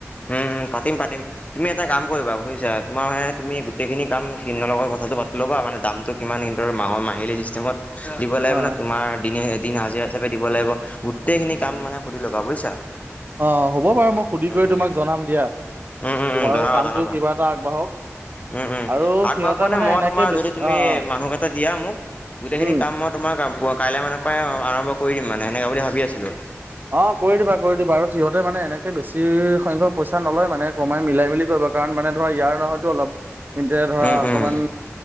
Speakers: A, on the left (about 30°); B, on the right (about 40°).
A: উম, উম, পাতিম পাতিম। তুমি এটা কাম কৰিবা বুজিছা, তোমাৰ মানে তুমি গোটেইখিনি কাম সিহঁতৰ লগ কথাটো পাতি লবা, মানে দামটো কিমান সিনতৰ মাহৰ মাহিলী চিষ্টেমত দিব লাগিবানে
B: অ
A: তোমাৰ দিনে দিন হাজিৰা। হিচাপে দিব লাগিব, গোটেইখিনি কাম মানে সুধি লবা বুজিছা।
B: অ', হ'ব বাৰু মই সুধি
A: উম,
B: কৰি
A: উম,
B: তোমাক জনাম দিয়া,
A: উম,
B: তোমাৰো
A: উম, জনাবা,
B: কামটো
A: জনাবা।
B: কিবা এটা আগবাঢ়ক।
A: উম উম,
B: আৰু
A: আগবাঢ়ক
B: সিহঁতে
A: মানে মই
B: এনেকে
A: তোমাৰ
B: বেছি
A: যদি তুমি
B: অ অ
A: মানুহকেইটা দিয়া মোক, গোটেইখিনি
B: উম
A: কাম মই তোমাৰ কাম, পুৱা কাইলৈ মানৰ পৰাই আৰম্ভ কৰি দিম মানে সেনেকুৱা বুলি ভাবি আছিলোঁ।
B: অ', কৰি দিবা, কৰি দিবা আৰু সিহঁতে মানে এনেকে বেছি সংখ্যক পইচা নলয় মানে কমাই মিলাই মিলি কৰিব কাৰণ মানে ধৰা ইয়াৰ নহয়তো অলপ তেন্তে ধৰা
A: উম
B: অকমান
A: উম